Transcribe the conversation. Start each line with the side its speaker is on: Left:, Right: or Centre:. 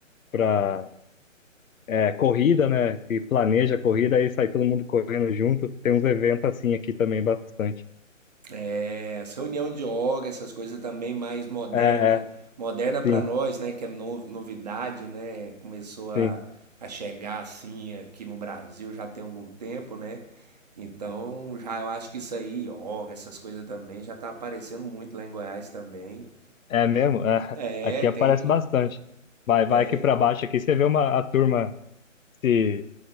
Left: pra é, corrida, né? Que planeja a corrida e sai todo mundo correndo junto. Tem uns eventos assim aqui também bastante.
Right: É, as reunião de yoga, essas coisas também mais moderna,
Left: É, é,
Right: moderna para
Left: sim,
Right: nós, né, que é no- novidade, né? Começou a
Left: sim.
Right: a chegar assim aqui no Brasil já tem algum tempo, né? Então, já eu acho que isso aí, yoga, essas coisas também já tá aparecendo muito lá em Goiás também.
Left: É mesmo? É, <laughs>
Right: É,
Left: aqui
Right: tem,
Left: aparece bastante. Vai, vai
Right: tem.
Left: aqui para baixo aqui, você vê uma, a turma se,